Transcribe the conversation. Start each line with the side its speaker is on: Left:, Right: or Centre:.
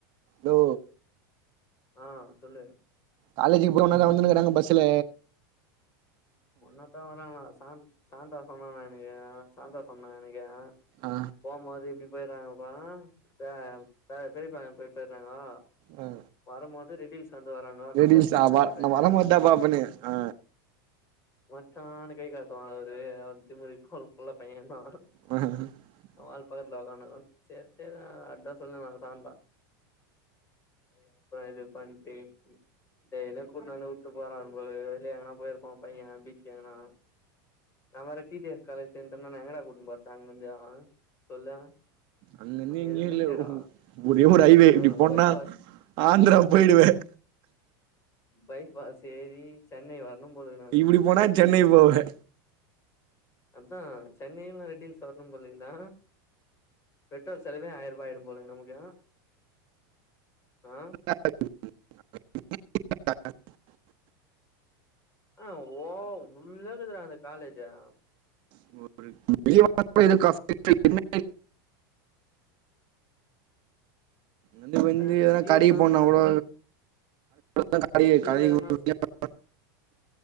Right: தோ
Left: ஆ சொல்லு
Right: காலேஜ்க்கு போற ஒன்னா தா வந்துன்னுக்கிறாங்க பஸ்ஸுல
Left: ஒன்னதா வராங்களா சா சான்றா சொன்னான எனக்கு சான்றா சொன்னா எனக்கு
Right: ஆ
Left: போம்போது இப்படி போயிறாங்கப்பா த பெரியப்பாலோ போய் போய்றாங்கோ
Right: ஆ
Left: வரும்போது ரெடில்ஸ் நடந்து வராங்கோ நா
Right: ரீல்ஸா
Left: பஸ் ஸ்டாண்ட்ல
Right: வ
Left: நிப்பே
Right: நா வரமாட்டா
Left: மச்சா
Right: பாப்பனே ஆ
Left: மச்சான்னு கை காட்டுவான் அவரு அவரு திமுரு கு குள்ள பையன் தா
Right: <inaudible>
Left: அவன் ஆளு பக்கத்துல உக்காந்து இருக்கு சேரி சேரி அதா சொல்லுவாங்க சான்றா அதுகப்மா இதுப்பன்ட்டு பே டேய்லியு கூட்னு வந்து உட்டு போறா போலருக்கு வெளிய எங்கனா போயிருப்பா பையன் பீச்சி எங்கனா நா வேற டீ கே எஸ் காலேஜ் சேந்துட்டனா நா எங்கடா கூட்டுன்னு போறாது அங்க இருந்து அவ சொல்லு
Right: அங்கிருந்து
Left: அங்க
Right: எங்கேயு
Left: எதுவுமே
Right: இல்ல
Left: இல்லடா
Right: ஒரே ஒரு ஹைவே
Left: ஆ
Right: இப்டிப்போன்னா
Left: பைபாஸ்
Right: அந்திரா போயிடுவ
Left: பைப் பாஸ் ஏரி சென்னை வரணும் போல நான்னு
Right: இப்டி
Left: இல்ல
Right: போனா
Left: ரெட்டில்ஸ்
Right: சென்னை
Left: வரணும்
Right: போவே
Left: போலருக்கு அதா சென்னை இல்லனா ரெட்டில்ஸ் வரணும் போல இருக்குல்ல பெட்ரோல் செலவே ஆயரூபா ஆயிடும் போல நமக்கு ஆ
Right: <unintelligible>
Left: ஆ ஓ உள்ளகிதிர அந்த காலேஜா
Right: <unintelligible> அது
Left: நம்ம
Right: வந்து எதனா
Left: லீவ்
Right: கடைக்கு
Left: தா
Right: போன
Left: சொல்லு
Right: கூட <inaudible> கடையே
Left: லீவ் எதனா
Right: <inaudible>